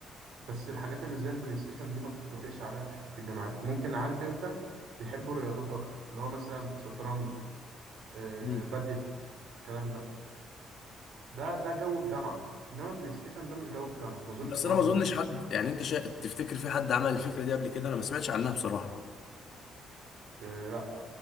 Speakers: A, on the right (about 65°); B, on the left (about 55°).
A: بس الحاجات اللي زي البلاي ستيشن دي ما بتتوافقش عليها في حتة الجامعات ممكن عارف انت بيحبوا الرياضات اكتر اللي هو مثلا شطرنج آه
B: مم.
A: بدل الكلام ده ده ده جو الجامعة انما بلاي ستيشن ده مش جو الجامعة ما اظنش
B: بس
A: ان
B: أنا
A: هو
B: ما أظنش
A: جو
B: حد يعني أنت شا... تفتكر في حد عمل الفكرة دي قبل كده أنا ما سمعتش عنها بصراحة
A: آه لا